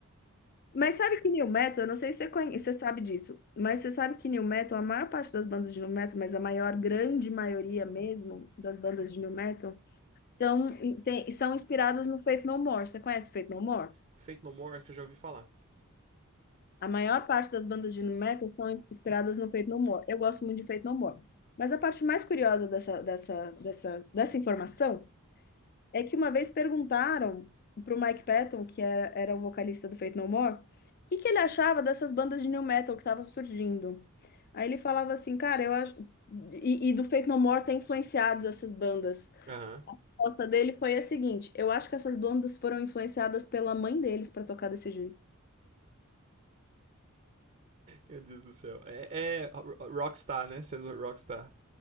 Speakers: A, on the left; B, on the right.
A: Mas sabe que New Metal, eu não sei se você conhece, você sabe disso, mas você sabe que New Metal, a maior parte das bandas de New Metal, mas a maior, grande maioria mesmo das bandas de New Metal são tem- são inspiradas no Faith No More. Você conhece o Faith No More?
B: Fate No More, acho que eu já ouvi falar.
A: A maior parte das bandas de metal são inspiradas no Faith No More. Eu gosto muito de Faith No More. Mas a parte mais curiosa dessa, dessa, dessa, dessa informação é que uma vez perguntaram para o Mike Patton, que era, era o vocalista do Faith No More, o que, que ele achava dessas bandas de new metal que estavam surgindo. Aí ele falava assim, cara, eu acho. E, e do Faith No More ter influenciado essas bandas.
B: Aham.
A: A resposta dele foi a seguinte: eu acho que essas bandas foram influenciadas pela mãe deles para tocar desse jeito.
B: Meu Deus do céu. É, é Rockstar, né? Sendo Rockstar.